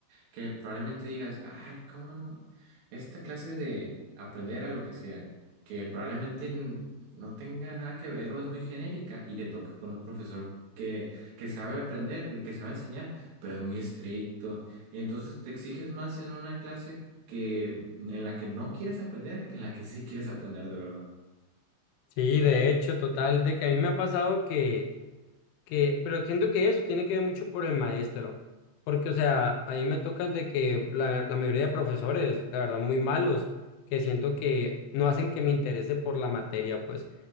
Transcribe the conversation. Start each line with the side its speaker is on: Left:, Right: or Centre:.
Right: que probablemente digas, ay, ¿cómo esta clase de aprender a lo que sea, que probablemente n- no tenga nada que ver o es muy genérica y te toca con un profesor que, que sabe aprender, que sabe enseñar, pero es muy estricto y entonces te exiges más en una clase que en la que no quieres aprender que en la que sí quieres aprender de verdad.
Left: Sí, de hecho, total, de que a mí me ha pasado que que, pero siento que eso tiene que ver mucho por el maestro, porque, o sea, a mí me toca de que la, la mayoría de profesores, la verdad, muy malos, que siento que no hacen que me interese por la materia, pues,